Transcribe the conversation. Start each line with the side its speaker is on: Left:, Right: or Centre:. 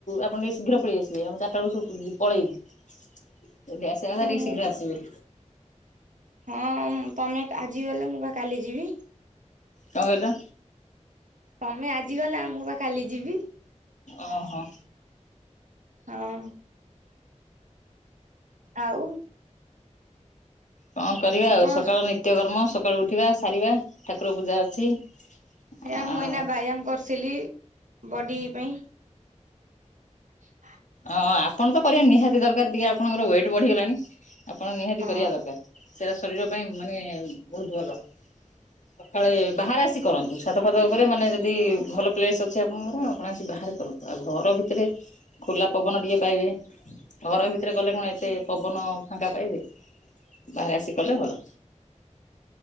Left: ଆପଣ ଟିକେ ଶୀଘ୍ର ପଳେଇ ଆସିବେ ଆମେ ଚାରିା ବେଳକୁ ସବୁ ପଳେଇବୁ ଏି ଆସିବା କଥା ଟିକେ
Right: ମୁଁ
Left: ଶୀଘ୍ର ଆସିବେ
Right: ହଁ ତମେ ଆଜି ଗଲେ ମୁଁ ବା କାଲି ଯିବି
Left: କଣ କହିଲ
Right: ତମେ ଆଜି ଗଲା ମୁଁ ବା କାଲି ଯିବି
Left: ଓ ହୋ
Right: ହଁ ଆଉ
Left: କଣ କରିବା
Right: ଆପଣ
Left: ଆଉ ସକାଳ ନିତ୍ୟକର୍ମ ସକାଳୁ ଉଠିବା ସାରିବା ଠାକୁର ପୂଜା ଅଛି।
Right: ହେ
Left: ଆଉ
Right: ମୁଁ ଏଇନା ବାୟାମ କରୁ। ସିଲି ବଡ଼ି ପାଇଁ। ହ।
Left: ହଁ ଆପଣ ତ କରିବା ନିହାତି ଦରକାର ଟିକେ ଆପଣଙ୍କର ୱେଟ୍ ବଢିଗଲାଣି। ଆପଣ ନିହାତି
Right: ହଁ।
Left: କରିବା ଦରକାର। ସେଟା ଶରୀର ପାଇଁ ମାନେ ବହୁତ ଭଲ ସକାଳେ ବାହାରେ ଆସି କରନ୍ତୁ ଛାତ ଫାତ ଉପରେ ମାନେ ଯଦି ଭଲ ପ୍ଲେସ ଅଛି ଆପଣଙ୍କର ଆପଣ ଆସି ବାହାରେ କରନ୍ତୁ ଆଉ ଘର ଭିତରେ। ଖୋଲା ପବନ ଟିକେ ପାଇବେ ଘର ଭିତରେ। ସେଥିରେ କଲେ କଣ ଏତେ
Right: ହୁଁ।
Left: ପବନ ଫାଙ୍କା ପାଇବେ। ବାହାରେ ଆସି କଲେ ଭଲ।